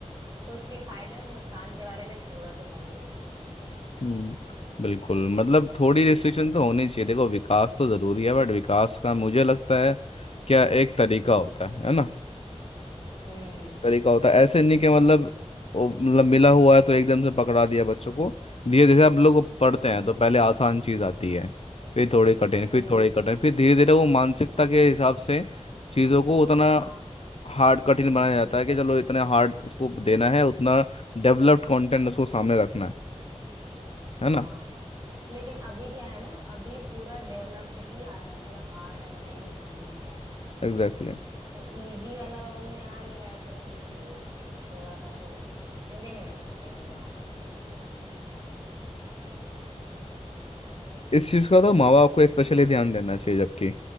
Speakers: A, on the right; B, on the left.
A: उसके फायदे और नुकसान के बारे में थोड़ा तो नॉलेज हो जाएगा ना
B: हम्म बिल्कुल मतलब
A: हम्म
B: थोड़ी रिस्ट्रिक्शन तो होनी चाहिए देखो विकास तो जरूरी है बट विकास का मुझे लगता है क्या एक तरीका
A: हम्म
B: होता है है ना
A: हम्म
B: तरीका होता है ऐसे नहीं कि मतलब वो मतलब मिला हुआ है तो एकदम से पकड़ा दिया बच्चों को धीरे धीरे अब लोग पढ़ते
A: हम्म
B: हैं तो पहले आसान चीज आती है फिर थोड़ी कठिन फिर
A: हम्म,
B: थोड़ी कठिन फिर धीरे धीरे वो मानसिकता के हिसाब से चीज़ों को उतना
A: हाँ
B: हार्ड कठिन बनाया जाता है कि चलो इतने हार्ड उसको देना है उतना डेवलप्ड कंटेंट उसको सामने रखना है है
A: हाँ
B: ना
A: लेकिन अभी क्या है ना अभी पूरा डेवलप्ड ही आ रहा है पूरा हार्ड वाला ही सामने उनके आ रहा है
B: Exactly exactly.
A: तो इजी वाला उनमें आ नहीं रहा है तो इसलिए थोड़ा सा तो मुझे नहीं लगता सही है जहां तक कि
B: इस चीज़ का तो माँ बाप को स्पेशली ध्यान देना चाहिए जबकि